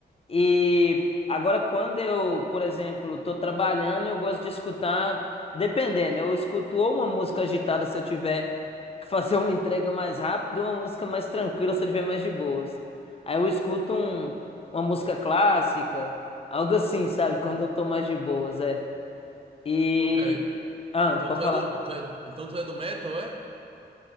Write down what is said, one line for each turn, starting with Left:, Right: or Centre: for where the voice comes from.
Left: E agora, quando eu, por exemplo, tô trabalhando, eu gosto de escutar, dependendo, eu escuto ou uma música agitada se eu tiver que fazer uma entrega mais rápida, ou uma música mais tranquila se eu tiver mais de boas. Aí eu escuto um, uma música clássica, algo assim, sabe? <laughs> Quando eu tô mais de boas, é. E.
Right: Pô, cara,
Left: Ah,
Right: então
Left: pode
Right: tu
Left: falar.
Right: é do, tu é, então tu é do metal, é?